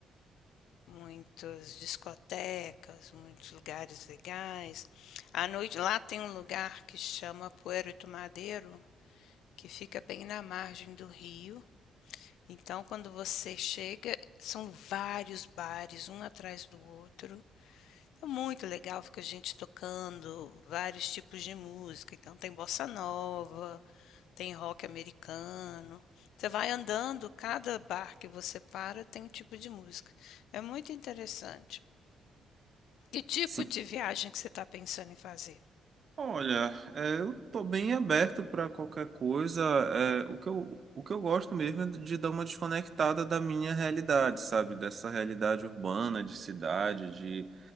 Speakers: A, on the left; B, on the right.
A: muitas discotecas, muitos lugares legais. À noite lá tem um lugar que chama Puerto do Madeiro, que fica bem na margem do rio. Então, quando você chega, são vários bares, um atrás do outro. É muito legal, fica gente tocando vários tipos de música. Então, tem bossa nova, tem rock americano. Você vai andando, cada bar que você para tem um tipo de música. É muito interessante. Que tipo
B: sim.
A: de viagem que você está pensando em fazer?
B: Olha, é, eu tô bem aberto para qualquer coisa. É, o que eu, o que eu gosto mesmo é de dar uma desconectada da minha realidade, sabe? Dessa realidade urbana, de cidade, de